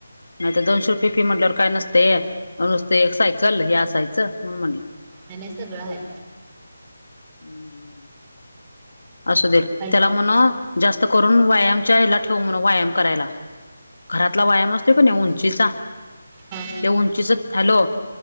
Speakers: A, on the left; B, on the right.
A: नाही तर दोनशे रुपये फी म्हटल्यावर काय नसतेय. म नु स्त एक सायकल. हे असायचं. म्हणून म्हणलं.
B: नाही नाही, सगळां हाय.
A: हम्म, हम्म, हम्म. असू दे,
B: हॅलो
A: त्याला म्हणाव, जास्त करून व्यायामच्या हला ठेव म्हणाव. व्यायाम करायला. घरातला व्यायाम असतोय का नाही. उंचीचा.
B: हा
A: ते उंचीच, हॅलो.